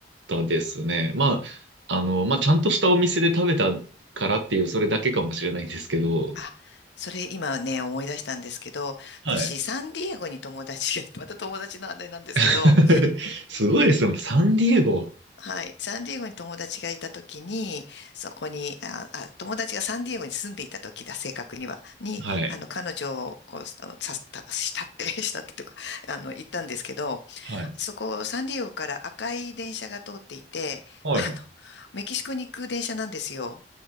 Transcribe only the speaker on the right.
たですね。まあ、あの、まあ、ちゃんとしたお店で食べたからっていう、それだけかもしれないんですけど、
はい。
<laughs> すごいですよ、サンディエゴ。
はい。
はい。
はいはい。